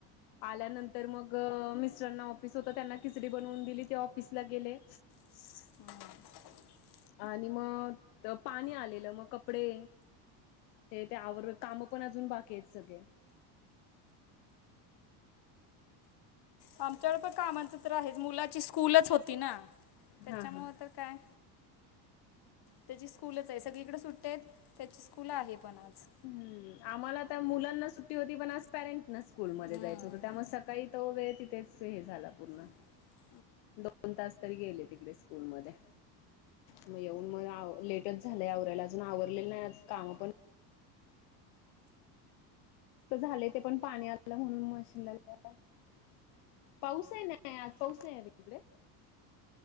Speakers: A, on the left; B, on the left.
A: आल्यानंतर मग मिस्टरना ऑफिस होतं त्यांना खिचडी बनवून दिली ते ऑफिसला गेले.
B: हां.
A: आणि म त पाणी आलेलं मग कपडे ते ते आवरं कामं पण अजून बाकी आहेत सगळे.
B: आमच्याकडे पण कामाचं तर आहे मुलाची स्कूलच होती ना त्याच्यामुळं
A: हा हा
B: तर काय त्याची स्कूलच आहे सगळीकडे सुट्टया आहेत त्याची स्कूल आहे पण आज.
A: हम्म आम्हाला त्या मुलांना सुट्टी होती पण आज पॅरेंटना स्कूलमध्ये
B: हम्म
A: जायचं होतं त्यामुळे सकाळी तो वेळ तिथेच हे झाला पूर्ण.
B: <inaudible>
A: दोन तास तरी गेले तिकडे स्कूल मध्ये. म येऊन मग आव लेटच झालंय आवरायला अजून आवरलेलं आज नाही कामं पण तर झाले ते पण पाणी आलं म्हणून मशीनला <unintelligible> पाऊस आहे नाही आज पाऊस आहे आज तिकडे?